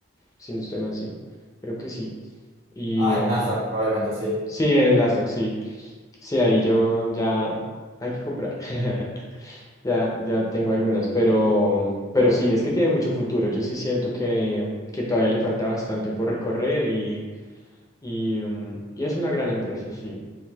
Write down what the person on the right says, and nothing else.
Ah,
en Nasdaq, probablemente, sí.